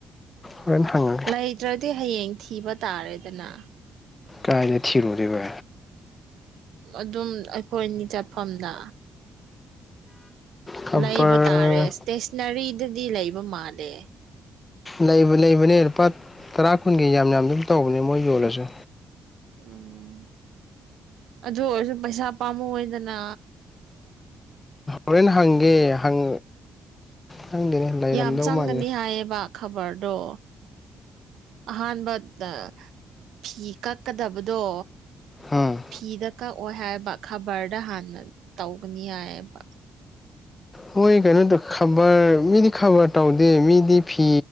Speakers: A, on the left (about 20°); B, on the right (about 75°).
A: ꯍꯣꯔꯦꯟ ꯍꯪꯉꯥ
B: ꯂꯩꯇ꯭ꯔꯗꯤ ꯍꯌꯦꯡ ꯊꯤꯕ ꯇꯥꯔꯦꯗꯅ
A: ꯀꯥꯏꯗ ꯊꯤꯔꯨꯗꯣꯏꯕ
B: ꯑꯗꯨꯝ ꯑꯩꯈꯣꯏ ꯑꯅꯤ ꯆꯠꯐꯝꯗ
A: ꯈꯕꯔ
B: ꯂꯩꯕ ꯇꯥꯔꯦ ꯏꯁꯇꯦꯁꯅꯔꯤꯗꯗꯤ ꯂꯩꯕ ꯃꯥꯜꯂꯦ
A: ꯂꯩꯕ ꯂꯩꯕꯅꯦ ꯂꯨꯄꯥ ꯇꯔꯥ ꯀꯨꯟꯒꯤ ꯌꯥꯝ ꯌꯥꯝ ꯑꯗꯨꯝ ꯇꯧꯕꯅꯦ ꯃꯣꯏ ꯌꯣꯜꯂꯁꯨ
B: ꯎꯨꯝ ꯑꯗꯨ ꯑꯣꯏꯔꯁꯨ ꯄꯩꯁꯥ ꯄꯥꯝꯃꯨ ꯑꯣꯏꯗꯅ
A: ꯍꯣꯔꯦꯟ ꯍꯪꯒꯦ ꯍꯪ ꯈꯪꯗꯦꯅꯦ ꯂꯩꯔꯝꯗꯧ
B: ꯌꯥꯝ ꯆꯪꯒꯅꯤ
A: ꯃꯥꯜꯂꯦ
B: ꯍꯥꯏꯌꯦꯕ ꯈꯕꯔꯗꯣ ꯑꯍꯥꯟꯕꯗꯥ ꯐꯤ ꯀꯛꯀꯗꯕꯗꯣ
A: ꯍꯥꯝ
B: ꯐꯤꯗ ꯀꯛꯑꯣꯏ ꯍꯥꯏꯕ ꯈꯕꯔꯗ ꯍꯥꯟꯅ ꯇꯧꯒꯅꯤ ꯍꯥꯏꯑꯦꯕ <inaudible>
A: ꯃꯣꯏ ꯀꯩꯅꯣꯗ ꯈꯕꯔ ꯃꯤꯗꯤ ꯈꯕꯔ ꯇꯧꯗꯦ ꯃꯤꯗꯤ ꯐꯤ